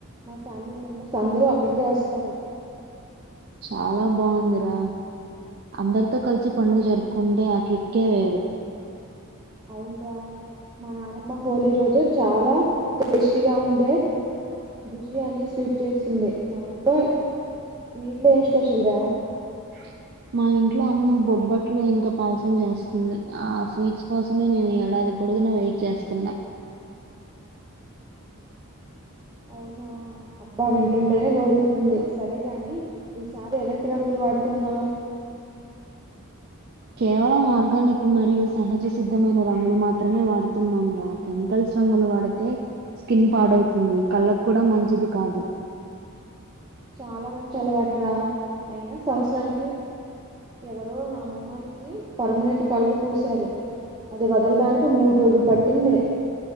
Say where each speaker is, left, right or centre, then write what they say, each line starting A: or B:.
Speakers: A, on the right; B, on the right.
A: మా ఫ్యామిలీ మెంబెర్స్ అందరూ అక్కడ్కే వస్తారు
B: చాలా బాగుందిరా అందర్తో కల్సి పండుగ జరుప్కుంటే ఆ కిక్కే వేరు
A: అవున్రా మా నానమ్మ హోలీ రోజు చాలా టేస్టీగా ఉండే గుజీ అనే స్వీట్ చేస్తుంది మా ఇంట్లో మీ ఇంట్లో ఏం స్పెషల్రా
B: ఆహ్ మా ఇంట్లో అమ్మ బొబ్బట్లు ఇంకా పాయసం చేస్తుంది. ఆ స్వీట్స్ కోసమే నేను ఏడాది పొడుగున వెట్ చేస్తున్నా
A: అవునా అబ్బా వింటుంటేనే నోరుర్తుంది. సరేగాని ఈసారి ఎలాంటి రంగులు వాడుతున్నావు?
B: కేవలం ఆర్గానిక్ మరియు సహజ సిద్ధమైన రంగులు మాత్రమే వాడుతున్నాం రా కెమికల్స్ రంగులు వాడితే స్కిన్ పాడవుతుంది కళ్ళకు కూడా మంచిది కాదు
A: చాలా మంచి అలవాట్రా అయినా సంవత్సరానికి ఎవరో నా మొహన కి పర్మినెంట్ కలర్ పూసారు అది వదల్డానికి మూడ్రోజులు పట్టింది